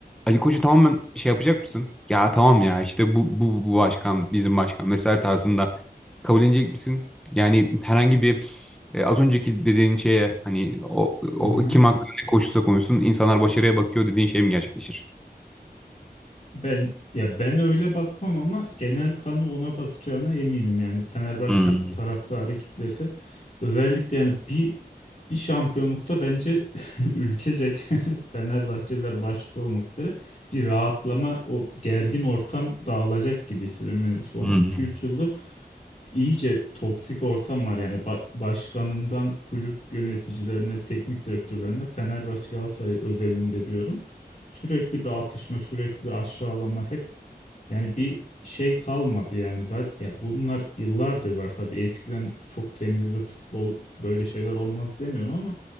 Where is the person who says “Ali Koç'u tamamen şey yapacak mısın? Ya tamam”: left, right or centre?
Centre